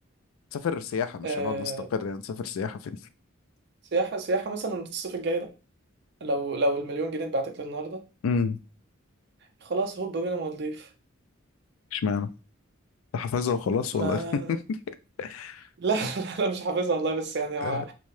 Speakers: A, on the left; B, on the right.
A: تسافر سياحة مش
B: أه
A: هنقعد نستقر يعني تسافر سياحة فين؟
B: سياحة سياحة مثلا الصيف الجاي ده لو لو المليون جنيه اتبعتت لي النهارده
A: امم
B: خلاص هوب بينا مالديف
A: اشمعنى؟ أنت حافظها وخلاص
B: ما
A: ولا <laughs>
B: لا <laughs> لا لا مش حافظها والله بس يعني ما,
A: آه،